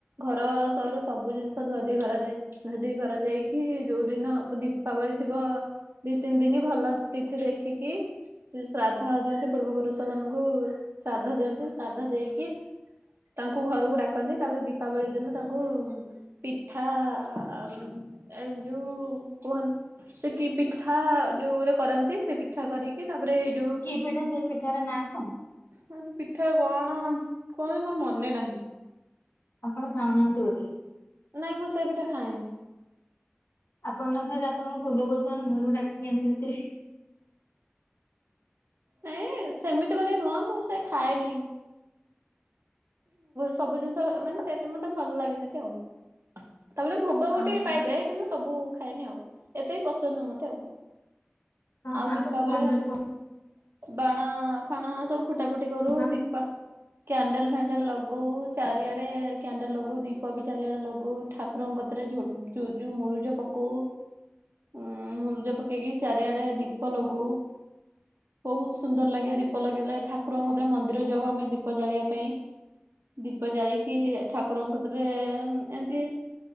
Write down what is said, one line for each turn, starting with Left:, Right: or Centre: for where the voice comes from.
Right: ଘର ସହର ସବୁ ଜିନିଷ ଧୁଆ ଧୁଇ କରାଯାଏ ଧୁଆଧୁଇ କରାଯାଇକି ଯୋଉ ଦିନ ବୁ ଦୀପାବଳି ଥିବ ଦି ତିନି ଦିନ ଭଲ ତିଥି ଦେଖିକି ସେ ଶ୍ରାଦ୍ଧ ଦିଅନ୍ତି ପୂର୍ବ ପୁରୁଷମାନଙ୍କୁ ଶ୍ରାଦ୍ଧ ଦିଅନ୍ତି ଶ୍ରାଦ୍ଧ ଦେଇକି ତାଙ୍କୁ ଘରୁକୁ ଡାକନ୍ତି ତାପରେ ଦୀପାବଳି ଦିନ ତାଙ୍କୁ ପିଠା ଉଁ ଏ ଯୋଉ କୁହନ୍ତି ସେ କି ପିଠା ଯୋଉ ଗୋଟେ କରନ୍ତି ସେ ପିଠା କରିକି ତାପରେ ଯୋଉ
Left: କି ପିଠା ସେଇ ପିଠାର ନାଁ କଁ?
Right: ହଁ ସେ ପିଠା କଣ କୁହନ୍ତି ମୋର ମନେ ନାହିଁ।
Left: ଆପଣ ଖାଉନାହାନ୍ତି ବୋଧେ?
Right: ନାଇଁ ମୁଁ ସେ ପିଠା ଖାଏନି।
Left: ଆପଣ ନ ଖାଇଲେ ଆପଣଙ୍କ ପୂର୍ବ ପୁରୁଷମାନେ ଘରୁକୁ ଡାକି ଆଣିକି ଦେଇତେ।
Right: ନାଇଁ ସେମିତି ବୋଲି ନୁହଁ ମୁଁ ସେ ଖାଏନି। ସବୁ ଜିନିଷ ମାନେ ସେଟା ମତେ ଭଲ ଲାଗେନା ଏତେ ଆଉ ତା ବଲେ ଭୋ ଗ ଗୋଟେ
Left: ଓହୋ।
Right: ପାଇଯାଏ କିନ୍ତୁ ସବୁ ଖାଏନି ଆଉ ଏତେ ବି ପସନ୍ଦ ନୁହଁ ମତେ ଆଉ।
Left: ଓହୋ
Right: ଆଉ
Left: ଆପଣଙ୍କୁ
Right: ଦୀପାବଳି
Left: କଣ ତାହେଲେ
Right: ଆମେ ବାଣ ଫାଣ ସବୁ ଫୁଟା ଫୁଟି କରୁ
Left: ପସନ୍ଦ
Right: ଦୀପା କ୍ୟାଣ୍ଡେଲ୍ ଫ୍ୟାଣ୍ଡେଲ୍ ଲଗଉ ଚାରିଆଡ଼େ କ୍ୟାଣ୍ଡେଲ୍ ଲଗଉ ଦୀପ ବି ଚାରିଆଡ଼େ ଲଗଉ ଠାକୁରଙ୍କ କତିରେ ଝୋ ଜୁଜୁ ମୁରୁଜ ପକଉ। ଉଁ ମୁରୁଜ ପକେଇକି ଚାରିଆଡ଼େ ଦୀପ ଲଗଉ। ବୋହୁତ ସୁନ୍ଦର ଲାଗେ ଦୀପ ଲଗେଇଲେ ଠାକୁରଙ୍କ କତିରେ ମନ୍ଦିର ଯାଉ ଆମେ ଦୀପ ଜାଳିବା ପାଇଁ। ଦୀପ ଜାଳିକି ଠାକୁରଙ୍କ କତିରେ ଏନ୍ତି